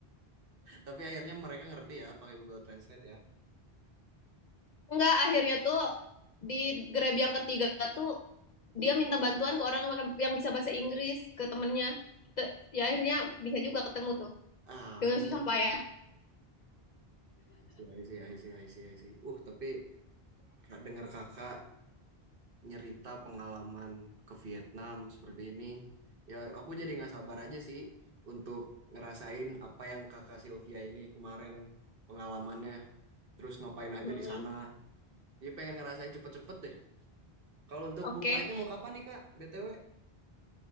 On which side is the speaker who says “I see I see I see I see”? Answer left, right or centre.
Right